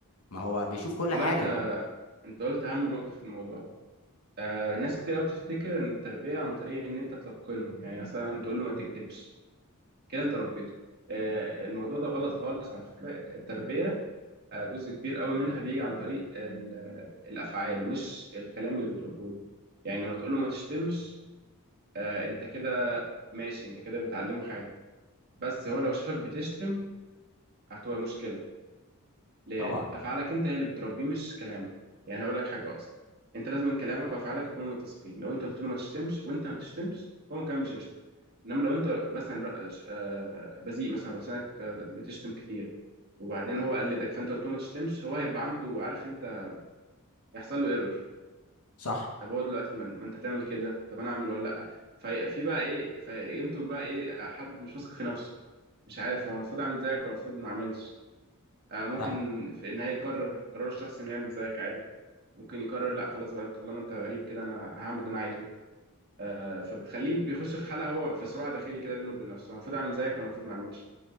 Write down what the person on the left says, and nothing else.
ما هو بيشوف كل
حاجة
ما
طبعا
صح
صح